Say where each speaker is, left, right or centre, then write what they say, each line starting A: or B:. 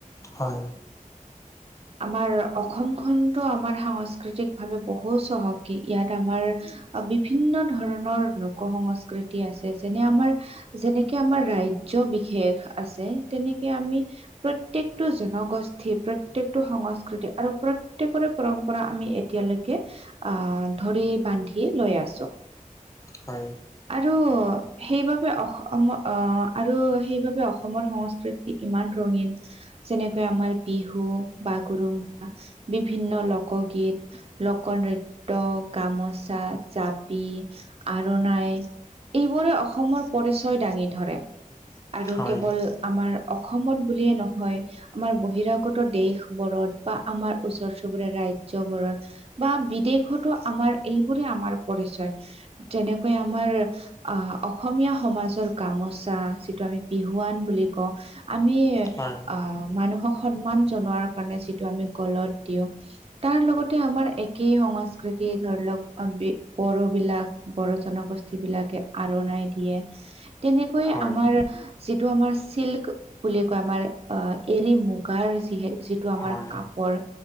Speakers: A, on the left; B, on the right.
A: হয়।
B: আমাৰ অসমখনতো আমাৰ সাংস্কৃতিক ভাৱে বহু চহকী। ইয়াত আমাৰ বিভিন্ন ধৰণৰ লোক সংস্কৃতি আছে। যেনে আমাৰ যেনেকে আমাৰ ৰাজ্য বিশেষ আছে। তেনেকে আমি প্ৰত্যেকটো জনগোষ্ঠীৰ প্ৰ প্ৰত্যকটো সংস্কৃতি আৰু প্ৰত্যকৰে পৰম্পৰা আমি এতিয়ালৈকে আহ ধৰি বান্ধি লৈ আছোঁ।
A: হয়।
B: আৰু সেইবাবে অ অ আৰু সেইবাবে অসমৰ সংস্কৃতি ইমান ৰঙীন যেনেকৈ আমাৰ বিহু বাগৰুম্ব বিভিন্ন লোকগীত। লোক নৃত্য, গামোচা, জাপি, আৰণাই। এইবোৰে অসমৰ পৰিচয় দাঙি ধৰে। আৰু
A: হয়
B: কেৱল আমাৰ অসমত বুলিয়ে নহয় আমাৰ বহিৰাগত দেশ বোৰৰত বা আমাৰ ওচৰ চুবুৰীয়া ৰাজ্যয়বোৰত বা বিদেশতো আমাৰ এইবোৰে আমাৰ পৰিচয়। যেনেকৈ আমাৰ আহ অসমীয়া সমাজৰ গামোচা। যিটো আমি বিহুৱান বুলি কওঁ। আমি,
A: হয়
B: আঁ মানুহক সন্মান জনোৱাৰ কাৰণে, যিটো আমি গলত দিওঁ, তাৰ লগতে, আমাৰ একেই সংস্কৃতি ধৰি লওঁক, বড়ো বিলাক। বড়ো জনগোষ্ঠী বিলাকে আৰোণাই দিয়ে। তেনেকৈয়ে,
A: হয়
B: আমাৰ যিটো আমাৰ, চিল্ক বুলি কয়, আমাৰ আঁ এৰি- মুগাৰ, যি-যি টো আমাৰ
A: হয়
B: কাপোৰ,